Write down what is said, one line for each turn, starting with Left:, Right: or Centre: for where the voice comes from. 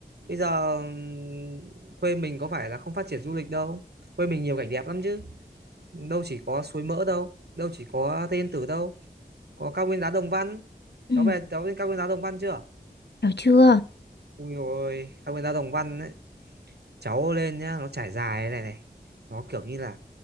Right: bây giờ ừ, quê mình có phải là không phát triển du lịch đâu quê mình nhiều cảnh đẹp lắm chứ đâu chỉ có suối mỡ đâu đâu chỉ có Tây Yên Tử đâu có cao nguyên đá Đồng Văn
Left: ừ.
Right: cháu về cháu lên cao nguyên đá Đồng Văn chưa
Left: hiểu chưa
Right: ui ôi cao nguyên đá Đồng Văn ấy cháu lên nhá nó trải dài thế này này nó kiểu như là